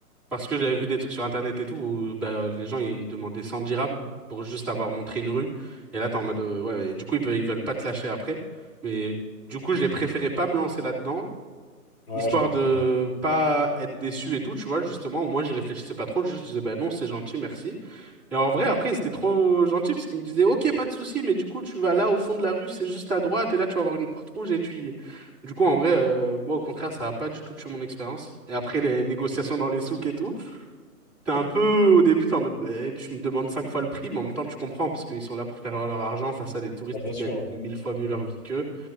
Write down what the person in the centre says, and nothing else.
parce que j'avais vu des trucs sur Internet et tout, où bah, les gens, ils demandaient 100 dirhams pour juste avoir montré une rue. Et là, t'es en mode, euh, ouais, et du coup, ils veulent, ils veulent pas te lâcher après. Mais du coup, j'ai préféré pas me lancer là-dedans.
Histoire
de
pas être déçu et tout, tu vois, justement, au moins j'y réfléchissais pas trop, juste je disais, bah non, c'est gentil, merci. Et en vrai, après, c'était trop gentil parce qu'ils me disaient, ok, pas de souci, mais du coup, tu vas là au fond de la rue, c'est juste à droite, et là, tu vas avoir une porte rouge et tu y es. Du coup, en vrai, euh, moi, au contraire, ça a pas du tout tué mon expérience. Et après, les négociations dans les souks et tout, t'es un peu, au début, t'es en mode, bah, tu me demandes cinq fois le prix, mais en même temps, tu comprends parce qu'ils sont là pour faire leur argent face à des touristes
qui
gagnent
mille fois mieux
leur vie qu'eux.